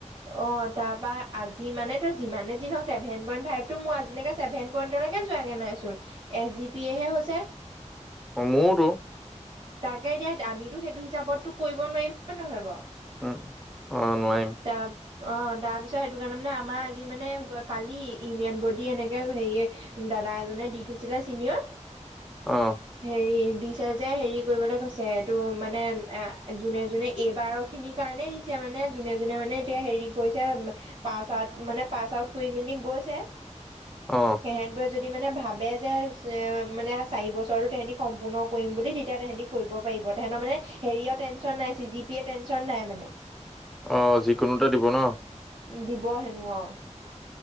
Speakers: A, on the right; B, in the centre.
A: অ তাৰ পৰা আজি মানে যিমান যি নহওঁক চেভেন পেইন্টফাইফটো মোৰ আজি লৈকে চেভেন পেইন্টলৈকে যোৱা নাই চোন এছ জি পিয়ে হৈছে
B: অ মোৰোতো
A: তাকে দিয়া আমিতো সেইটো হিচাপততো কৰিব নোৱাৰিম হয় নহয় বাৰু
B: উম অ নোৱাৰিম
A: তাপ অ তাৰপিছত সেইটো কাৰণে মানে আমাৰ আজি মানে কালি ইউনিয়ন বডি এনেকে হেৰিয়ে দাদা এজনে দি থৈছিলে চিনিয়ৰ
B: অ
A: হেৰি দিছে যে হেৰি কৰিবলে কৈছে এইটো মানে এ যোনে যোনে এইবাৰ খিনিৰ কাৰণেই দিছে মানে। যোনে যোনে মানে এতিয়া হেৰি কৰিছে পাছ আউট মানে পাছ আউট কৰি মেলি গৈছে।
B: অ
A: সেহেতবোৰে বোৰে যদি মানে ভাব বে যে মানে চাৰি বছৰতো তেহেতি সম্পূৰ্ণ কৰিম বুলি তেতিয়াহতেহেতি কৰিব পাৰিব তেহেতৰ মানে হেৰিঅ টেনচন নাই চি জি পি টেনচন নাই মানে।
B: অ যিকোনোতে দিব ন
A: দিব হেনো অ